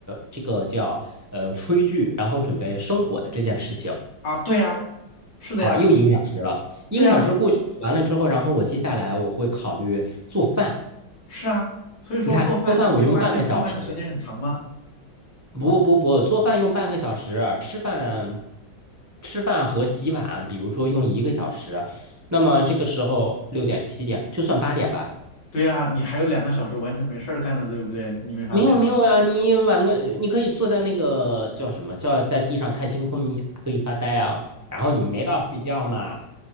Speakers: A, on the right (about 20°); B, on the left (about 70°).
A: 这个叫呃炊具，然后准备生火的这件事情。
B: 啊，对呀，是的呀，
A: 好，又一个小时了，一个小时过去完了之后，
B: 对呀，
A: 然后我接下来我会考虑做饭。
B: 是啊，所以说做饭，
A: 你看，做饭我用半个小时，
B: 你没发现做饭的时间很长吗？
A: 不不不，做饭用半个小时，吃饭吃饭和洗碗，比如说用一个小时，那么这个时候六点七点就算八点吧。
B: 对呀，你还有两个小时完全没事儿干了，对不对？你没发现吗？
A: 没有没有呀、你晚个你可以坐在那个叫什么叫在地上看星空，你可以发呆啊。然后你没到睡觉嘛，